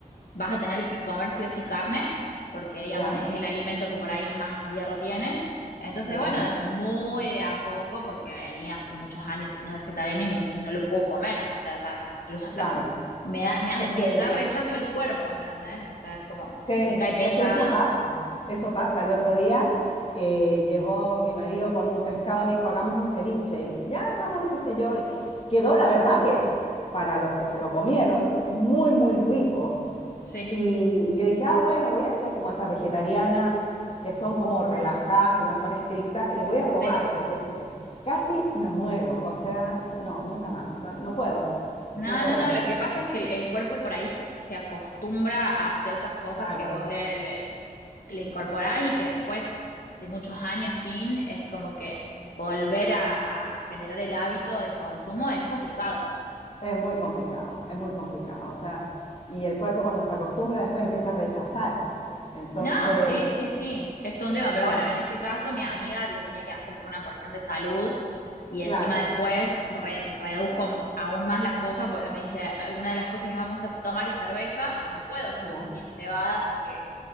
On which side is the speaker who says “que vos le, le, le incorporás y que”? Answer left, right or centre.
Left